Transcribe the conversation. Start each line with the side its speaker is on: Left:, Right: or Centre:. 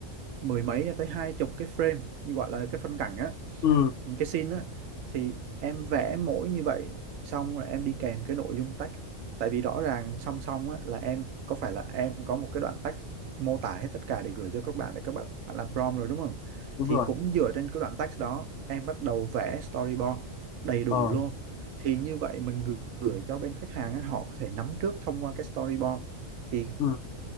Right: mười mấy tới hai chục cái frame như gọi là cái phân cảnh á
Left: ừ
Right: cái scene á thì em vẽ mỗi như vậy xong rồi em đi kèm cái nội dung text tại vì rõ ràng song song á là em có phải là em có một cái đoạn text mô tả hết tất cả để gửi cho các bạn để các bạn làm prompt rồi đúng không
Left: đúng
Right: thì
Left: rồi
Right: cũng dựa trên cái đoạn text đó em bắt đầu vẽ storyboard đầy đủ
Left: ờ
Right: luôn thì như vậy mình gửi gửi cho bên khách hàng á, họ có thể nắm trước thông qua cái storyboard thì
Left: ừ